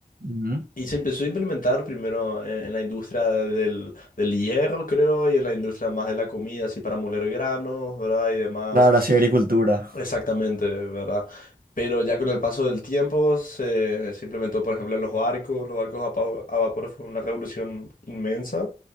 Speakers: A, on the right; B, on the left.
A: Ujú.
B: Y se empezó a implementar primero eh, en la industria de- del, del hierro, creo, y en la industria más de la comida, así para moler granos, ¿verdad? Y demás.
A: La gracia de agricultura.
B: Exactamente, ¿verdad? Pero ya con el paso del tiempo se, se implementó, por ejemplo, en los barcos. Los barcos a, pa- a vapor fue una revolución inmensa